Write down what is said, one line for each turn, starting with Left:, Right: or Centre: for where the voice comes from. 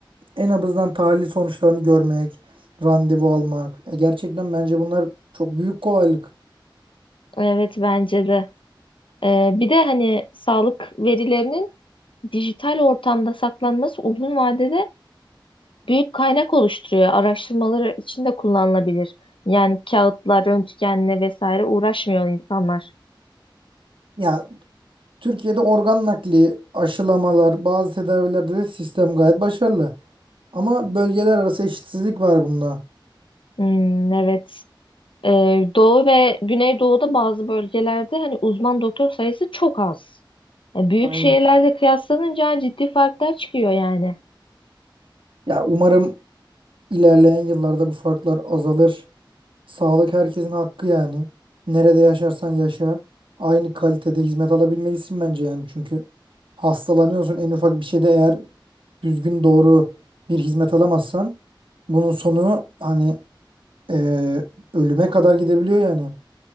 Right: Enabız'dan tahlil sonuçlarını görmek, randevu almak. Ya gerçekten bence bunlar çok büyük kolaylık.
Left: Evet bence de. E, bir de hani sağlık verilerinin dijital ortamda saklanması uzun vadede büyük kaynak oluşturuyor. Araştırmaları için de kullanılabilir. Yani kağıtlar, röntgenle vesaire uğraşmıyor insanlar.
Right: Ya Türkiye'de organ nakli, aşılamalar, bazı tedavilerde de sistem gayet başarılı. Ama bölgeler arası eşitsizlik var bunda.
Left: Hmm, evet. Ee, Doğu ve Güneydoğu'da bazı bölgelerde hani uzman doktor sayısı çok az. E, büyük
Right: Aynen.
Left: şehirlerle kıyaslanınca ciddi farklar çıkıyor yani.
Right: Ya umarım ilerleyen yıllarda bu farklar azalır. Sağlık herkesin hakkı yani. Nerede yaşarsan yaşa. Aynı kalitede hizmet alabilmelisin bence yani. Çünkü hastalanıyorsun en ufak bir şeyde eğer düzgün doğru bir hizmet alamazsan bunun sonu hani eee, ölüme kadar gidebiliyor yani.